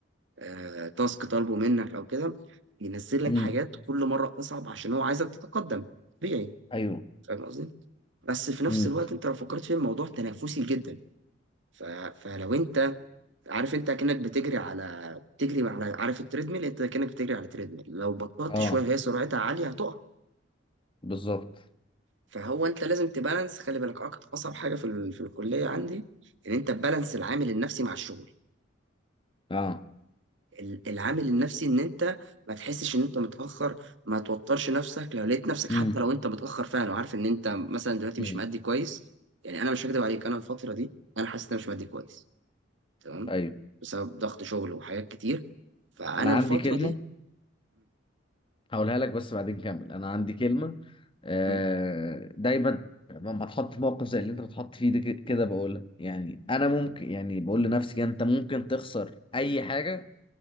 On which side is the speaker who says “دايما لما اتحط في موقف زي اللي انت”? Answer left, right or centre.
Left